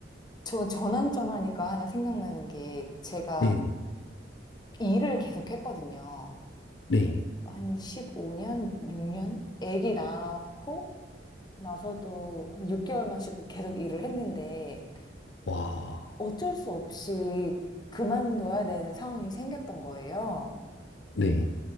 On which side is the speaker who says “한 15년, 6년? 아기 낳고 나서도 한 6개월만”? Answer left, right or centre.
Left